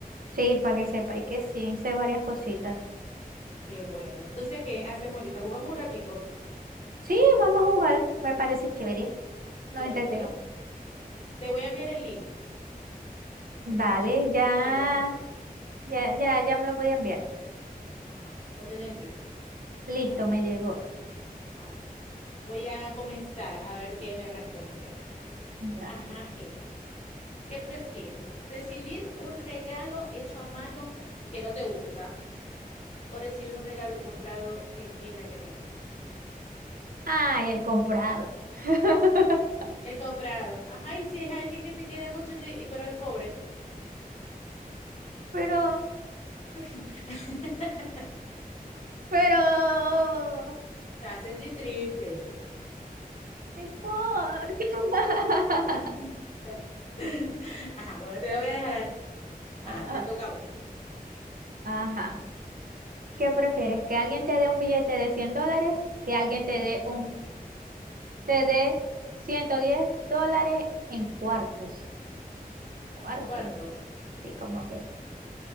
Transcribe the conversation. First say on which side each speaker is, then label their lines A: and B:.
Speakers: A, on the right; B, on the left.
A: Sí, para que sepáis que sí, sé varias cositas.
B: Qué bueno. Entonces, ¿qué hacemos ahorita? ¿Jugamos un ratico?
A: Sí, vamos a jugar, me parece chévere. Nos
B: Dale,
A: entretengamos.
B: pues. Te voy a enviar el link.
A: Dale, ya,
B: Ya te lo,
A: ya, ya, ya me lo podía enviar.
B: ajá, ya te lo envié.
A: Listo,
B: Abrirlo.
A: me llegó.
B: Ah, bueno. Voy a comenzar a ver qué me responde.
A: Dale.
B: Ajá, Emma. ¿Qué prefieres? ¿Recibir un regalo hecho a mano que no te gusta o recibir un regalo comprado en tienda que tenga?
A: Ay, el comprado. <laughs>
B: El comprado. Ajá, y si es alguien que te quiere mucho, y te- y- pero es pobre.
A: Pero,
B: <laughs>
A: pero,
B: Te hace sentir triste.
A: no importa. <laughs>
B: <laughs> Ajá, bueno, te lo voy a dejar así. Ajá,
A: Ah,
B: te toca a vos.
A: ajá. ¿Qué prefieres? ¿Que alguien te dé un billete de 100 dólares? ¿Que alguien te dé un, te dé 110 dólares en cuartos? Cuartos.
B: En cuartos.
A: Sí, como que.